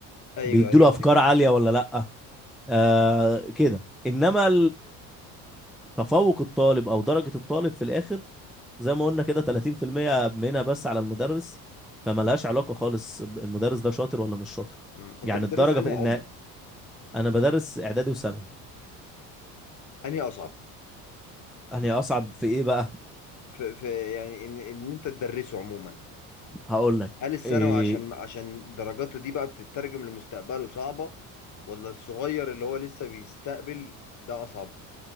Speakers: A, on the left (about 40°); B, in the centre.
A: ايوه
B: بيديله
A: ايوه
B: افكار
A: ايوه
B: عاليه ولا لا آه كده انما تفوق الطالب او درجة الطالب في الاخر زي ما قلنا كده 30% منها بس على المدرس فملهاش علاقة خالص ب- المدرس ده شاطر ولا مش شاطر
A: مم. انت
B: يعني
A: بتدرس
B: الدرجة
A: انهي
B: في
A: عمر؟
B: ان انا بدرس اعدادي وثانوي
A: انهي اصعب؟
B: انا اصعب في ايه بقى
A: في في يعني ان ان انت تدرسه عموما
B: هقول لك
A: هل الثانوي
B: إيه
A: عشان عشان درجاته دي بقى بتترجم لمستقبله صعبة ولا الصغير اللي هو لسه بيستقبل ده اصعب؟